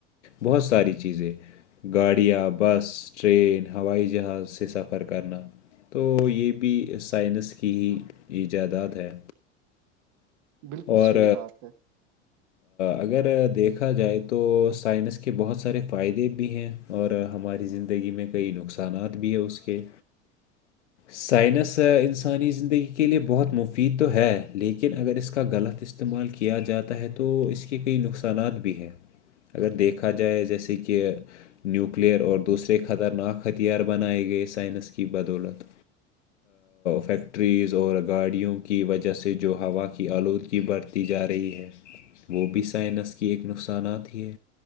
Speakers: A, on the left; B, on the right.
A: بہت ساری چیزیں گاڑیاں بس ٹرین ہوائی جہاز سے سفر کرنا تو یہ بھی سائنس کی ہی ایجاداد ہے
B: بالکل
A: اور
B: صحیح بات ہے
A: اگر دیکھا جائے تو سائنس کے بہت سارے فائدے بھی ہیں اور ہماری زندگی میں کئی نقصانات بھی ہے اس کے سائنس انسانی زندگی کے لیے بہت مفید تو ہے لیکن اگر اس کا غلط استعمال کیا جاتا ہے تو اس کے کئی نقصانات بھی ہیں اگر دیکھا جائے جیسے کہ نیو نیوکلیئر اور دوسرے خطرناک ہتھیار بنائے گئے سائنس کی بدولت فیکٹریز اور گاڑیوں کی وجہ سے جو ہوا کی آلودگی بر بڑتی جا رہی ہے وہ بھی سائنس کی ایک نقصانات ہی